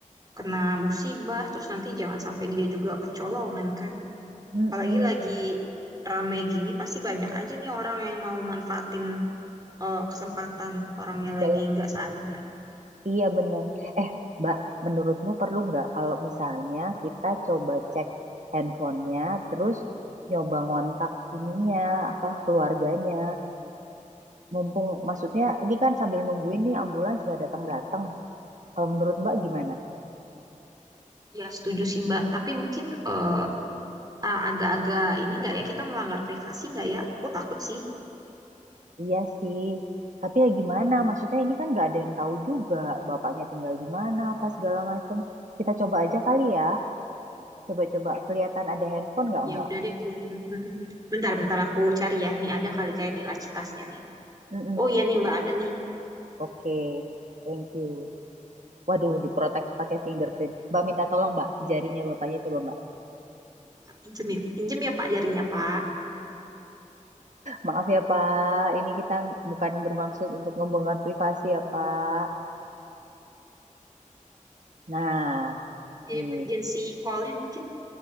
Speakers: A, on the right; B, on the right.
A: kena musibah, terus nanti jangan sampai dia juga kecolongan kan.
B: Mm-mm.
A: Apalagi lagi rame gini, pasti banyak aja nih orang yang mau manfaatin eh, kesempatan orangnya lagi
B: Dalam-
A: nggak sadar.
B: Iya benar. Eh, Mbak, menurutmu perlu nggak kalau misalnya kita coba cek handphonenya, terus nyoba ngontak ininya, apa keluarganya? Mumpung maksudnya ini kan sambil nungguin nih ambulans nggak datang-datang. Kalau menurut Mbak gimana?
A: Ya, setuju sih Mbak. Tapi mungkin eh, a- agak-agak ini nggak ya kita melanggar privasi nggak ya? Aku takut sih.
B: Iya sih. Tapi ya gimana? Maksudnya ini kan nggak ada yang tahu juga bapaknya tinggal di mana apa segala macem. Kita coba aja kali ya. Coba-coba kelihatan ada handphone nggak
A: Ya
B: Mbak?
A: udah deh. Bu. <laughs> Bentar, bentar aku cari ya. Nih ada kali kayak di laci tasnya nih.
B: Mm-mm.
A: Oh iya nih Mbak ada nih.
B: Oke, Thank you. Waduh, diprotek pakai fingerprint. Mbak minta tolong Mbak, jarinya bapaknya coba Mbak.
A: Pinjem ya, pinjem ya Pak jarinya Pak.
B: Maaf ya Pak, ini kita bukan bermaksud untuk ngebongkar privasi ya Pak. Nah, nih.
A: Emergency call-nya mungkin.